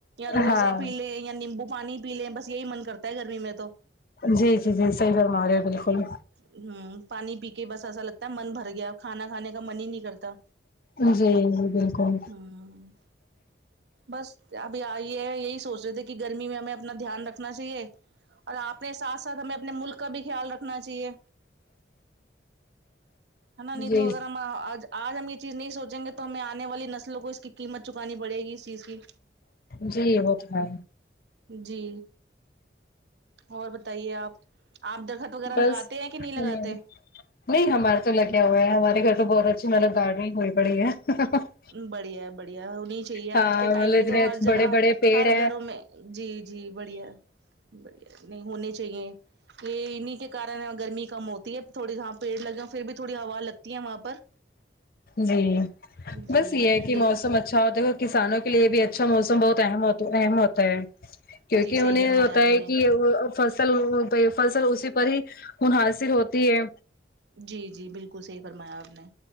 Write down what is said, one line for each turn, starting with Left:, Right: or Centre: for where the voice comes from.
Right: روح
Left: ہاں
Right: افزا پی لیں یا لیمبو پانی پی لیں بس یہی من کرتا ہے گرمی میں تو
Left: جی جی جی صحیح فرما رہے ہو بالکل
Right: ہمم پانی پی کے بس ایسا لگتا ہے من بھر گیا کھانا کھانے کا من ہی نہیں کرتا
Left: جی جی بالکل
Right: ہمم بس ت ابھی آئی ہے یہی سوچ رہے تھے کی گرمی میں ہمیں اب اپنا دھیان رکھنا چاہیے اور اپنے ساتھ ساتھ ہمیں اپنے ملک کا بھی خیال رکھنا چاہیے <unintelligible>
Left: جی
Right: ہاں آج آج ہم یہ چیز نہیں سوچیں گے تو ہمیں آنے والی نسلوں کو اس کی قیمت چکانی پڑے گی اس چیز کی
Left: جی وہ تو ہے
Right: جی اور بتائیے آپ آپ درخت وغیرہ
Left: بس
Right: لگاتے ہیں کہ نہیں لگاتے
Left: ہمیں نہیں ہمارے تو لگے ہوے ہیں ہمارے گھر تو بہت اچھی مطلب گارڈنگ ہوئی پڑی ہے <inaudible>
Right: بڑھیا بڑھیا ہونی چاہیے
Left: ہاں
Right: آج کے ٹائم
Left: مطلب
Right: میں
Left: اتنے
Right: تو ہر جگہ
Left: بڑے بڑے پیڑ
Right: ہر
Left: ہیں
Right: گھروں میں جی جی بڑھیا ہے بڑھیا نہیں ہونے چاہیے یہ انیں کے کارن گرمی کم ہوتی ہے تھوڑے یہاں پیڑ لگے ہیں پھر بھی تھوی ہوا لگتی ہے وہاں پر
Left: جی
Right: جی
Left: بس یہ ہے کہ
Right: دیکھ
Left: موسم اچھا ہوتا ہے اور کسانوں کے لیے بھی اچھا موسم بہت اہم ہو اہم ہوتا ہے کیونکہ
Right: جی
Left: انھیں
Right: صحیح فرمایا
Left: یہ ہوتا
Right: آپ
Left: ہے
Right: نے
Left: کہ ا اب فصل پہ فصل اسی پر ہی منحصر ہوتی ہے
Right: جی جی بالکل صحیح فرمایا آپ نے